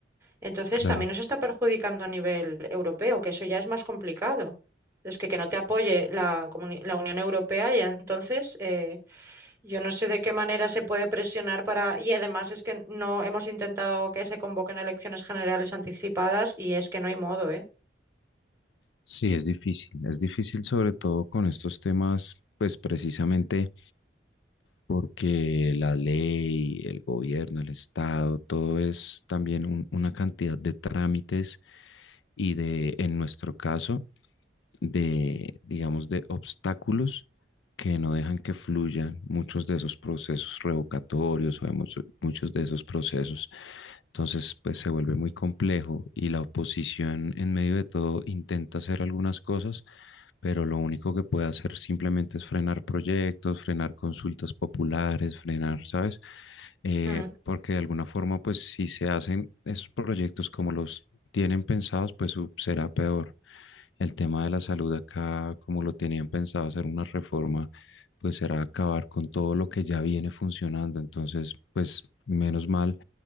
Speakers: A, on the right; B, on the left.
A: Entonces
B: claro,
A: también nos está perjudicando a nivel europeo, que eso ya es más complicado. Es que que no te apoye la, comuni- la Unión Europea y entonces eh, yo no sé de qué manera se puede presionar para... Y además es que no hemos intentado que se convoquen elecciones generales anticipadas y es que no hay modo, ¿eh?
B: sí es difícil, es difícil sobre todo con estos temas pues precisamente porque la ley, el gobierno, el Estado, todo es también un- una cantidad de trámites y de, en nuestro caso, de, digamos, de obstáculos que no dejan que fluyan muchos de esos procesos revocatorios o de mucho- muchos de esos procesos. Entonces, pues se vuelve muy complejo y la oposición en medio de todo intenta hacer algunas cosas, pero lo único que puede hacer simplemente es frenar proyectos, frenar consultas populares, frenar, ¿sabes? Eh,
A: Mm,
B: porque de alguna forma, pues si se hacen esos proyectos como los tienen pensados, pues su- será peor. El tema de la salud acá, como lo tenían pensado hacer una reforma, pues será acabar con todo lo que ya viene funcionando. Entonces, pues menos mal,